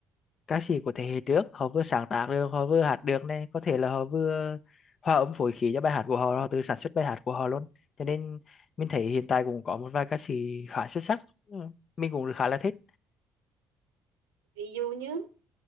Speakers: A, on the left; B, on the right.
A: ca sĩ của thế hệ trước họ vừa sáng tác được họ vừa hát được này có thể là họ vừa hòa âm phối khí cho bài hát của họ họ tự sản xuất bài hát của họ luôn cho nên mình thấy hiện tại cũng có một vài ca sĩ khá xuất sắc Ừ, mình cũng khá là thích
B: ví dụ như